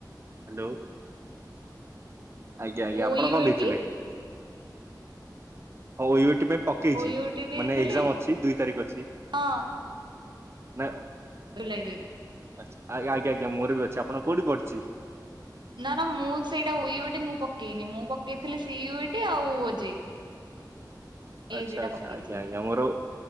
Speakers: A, on the right; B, on the right.
A: ହ୍ୟାଲୋ। ଆଜ୍ଞା ଆଜ୍ା
B: ଓ
A: ଆପଣ
B: ୟୁ
A: କଣ
B: ଏଟି
A: ଦେଇଥିଲେ। ହଉ ଉଇଟି ପାଇଁ ପକ୍ ପକେଇଛି।
B: ଓ ୟୁ ଟି ବି
A: ମାନେ
B: ଦେଲେନି
A: ଏଜାମ ଅଛି। ଦୁଇ ତାରିଖ ଅଛି
B: ହଁ
A: ନା
B: ର ଲ <unintelligible>
A: ଆଛା ଆଜ୍ଞା ଆଜ୍ଞା ମୋର ବି ଅଛି। ଆପଣ କୋଉଠି ପଢୁଛି?
B: ନା ନା ମୁଁ ସେଇଟା ଇଟି ମୁଁ ପକେଇନି। ମୁଁ ପକେଇଥିଲି ସି ଇଟି ଆଉ ଓଜେଇ। ଏଇ
A: ଆଚ୍ଛା
B: ଦିଟା
A: ଆଚ୍ଛା
B: ପକେଇଥିଲି
A: ଆଜ୍ଞା ଆଜ୍ଞା। ମୋର